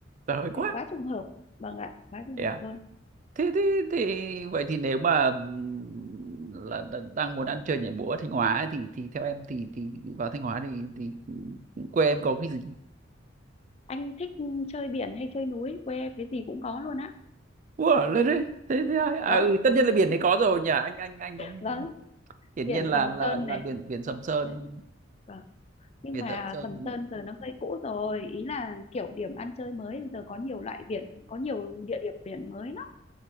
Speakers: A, on the right; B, on the left.
A: Trời ơi quá.
B: Thế quá trùng hợp. Vâng ạ, quá trùng
A: Ừ.
B: hợp luôn.
A: thế thế thì vậy thì nếu mà ừm, là đ- đang muốn ăn chơi nhảy múa ở Thanh Hóa ấy, thì thì theo em thì thì vào Thanh Hóa thì thì ừ, quê em có cái gì
B: Anh thích chơi biển hay chơi núi? Quê em cái gì cũng có luôn á.
A: Ủa, lên đấy thế thế ai à
B: Vâng,
A: ừ, tất nhiên là biển này có rồi nhỉ anh anh anh cũng
B: vâng,
A: hiển
B: biển
A: nhiên là
B: Sầm
A: là
B: Sơn
A: là
B: này.
A: biển biển Sầm Sơn
B: Đấy, vâng. Nhưng
A: biển
B: mà
A: Sầm Sơn
B: Sầm Sơn giờ nó hơi cũ rồi, ý là kiểu điểm ăn chơi mới bây giờ có nhiều loại biển, có nhiều địa điểm biển mới lắm.